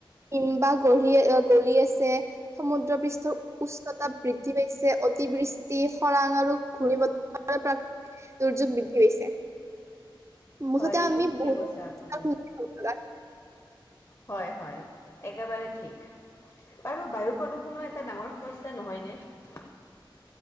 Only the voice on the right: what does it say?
হিমবাহ গঢ়ি গলি আছে। সমুদ্ৰ পৃষ্ঠৰ উচ্চতা বৃদ্ধি পাইছে। অতি বৃষ্টি খৰাং আৰু ঘূৰ্ণি বতাহ প্ৰাকৃতিক দুৰ্যোগ বৃদ্ধি পাইছে। মুঠতে
আমি
বহুত
<unintelligible>